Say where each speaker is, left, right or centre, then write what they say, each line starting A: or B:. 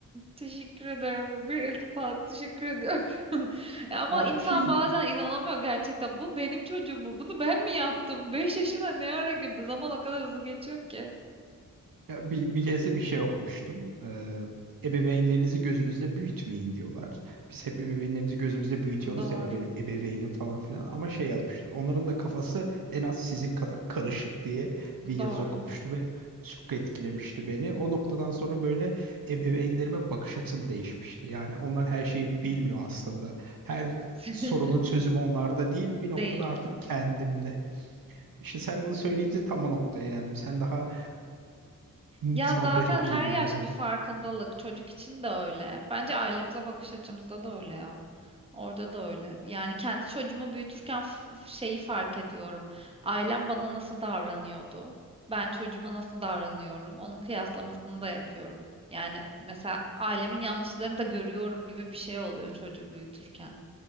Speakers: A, on the right; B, on the right.
A: Teşekkür ederim. Bir iltifat teşekkür ediyorum. <laughs> E Ama
B: O
A: insan
B: şey
A: bazen inanamıyor gerçekten. Bu benim çocuğum mu? Bunu ben mi yaptım? 5 yaşına ne ara girdi? Zaman o kadar hızlı geçiyor ki.
B: Ya bir, bir kez de bir şey okumuştum. Ee, ebeveynlerinizi gözünüzde büyütmeyin diyorlar. Biz hep ebeveynlerimizi gözümüzde büyütüyoruz
A: Doğru.
B: ya bu benim ebeveynim falan filan ama şey yazmışlar. Onların da kafası en az sizin kadar karışık diye bir yazı
A: Doğru.
B: okumuştum ve çok etkilemişti beni. O noktadan sonra böyle ebeveynlerime bakış açım değişmişti. Yani onlar her şeyi bilmiyor aslında. Her
A: <laughs>
B: sorunun çözümü onlarda değil bir
A: Değil.
B: noktada artık kendimde. İşte sen bunu söyleyince tam o noktaya geldim. Sen daha Hmm,
A: Ya
B: Sana
A: zaten
B: garip
A: her
B: geliyor.
A: yaş bir farkındalık. Çocuk için de öyle. Bence ailemize bakış açımızda da öyle ya. Orada da öyle. Yani kendi çocuğumu büyütürken f- şeyi fark ediyorum. Ailem bana nasıl davranıyordu? Ben çocuğuma nasıl davranıyorum? Onun kıyaslamasını da yapıyorum. Yani mesela ailemin yanlışlarını da görüyorum gibi bir şey oluyor çocuğu büyütürken.